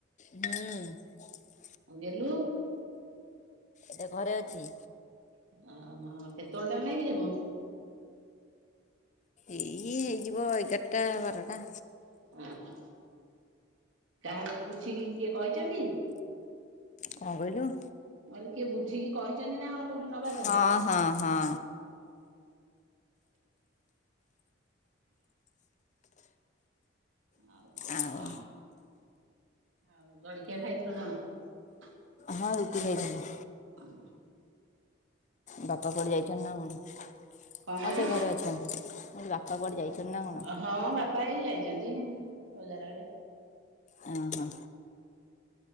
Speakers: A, on the left (about 40°); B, on the right (about 85°).
A: ହୁଁ।
B: ଆଉ ଗେଲୁ?
A: ଏଟା ଘରେ ଅଛି।
B: ଓହୋ କେତେବେଳେ ଟାକୁ ନେଇକି ଯିବୁ?
A: ଏଇ ହେଇଯିବ ଏଗାରଟା ବାରଟା।
B: ଓହୋ କାହାକୁ ବୁଝିକି କିଏ କହିଛନ୍ତି?
A: କଣ କହିଲୁ?
B: ମୁଁ କହିଲି କିଏ ବୁଝିକି କହିଛନ୍ତି ନା କଣ କୋଉଠି ନବା ପାଇଁ
A: ହଁ ହଁ ହଁ।
B: ଆଉ କଣ
A: ଆଉ
B: କଣ କହ ଆଉ ଜଳଖିଆ ଖାଇଥିଲୁ କଣ?
A: ହଁ ରୁଟି ଖାଇଥିଲି।
B: ହଁ।
A: ବାପା କୁଆଡ଼େ ଯାଇଛନ୍ ନା କଣ?
B: କଣ
A: ହିଁ
B: କହିଲୁ
A: ସେ ଘରେ ଅଛନ୍ତି। ମୋ ବାପା କୁଆଡ଼େ ଯାଇଛ ନା? କଣ?
B: ହଁ ବାପା ଏଇ ଯାଇଛନ୍ତି ବଜାର ଆଡେ।
A: ଅହଁ।